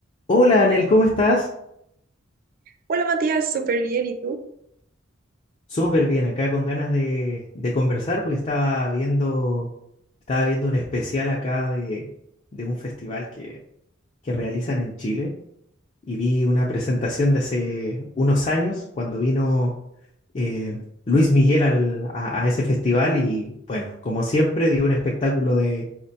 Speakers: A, on the left; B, on the right.
A: Hola, Anel, ¿cómo estás?
B: Hola Matías, súper bien, ¿y tú?
A: Súper bien, acá con ganas de, de conversar porque estaba viendo, estaba viendo un especial acá de, de un festival que, que realizan en Chile y vi una presentación de hace unos años cuando vino eh, Luis Miguel al- a, a ese festival y bueno, como siempre, dio un espectáculo de,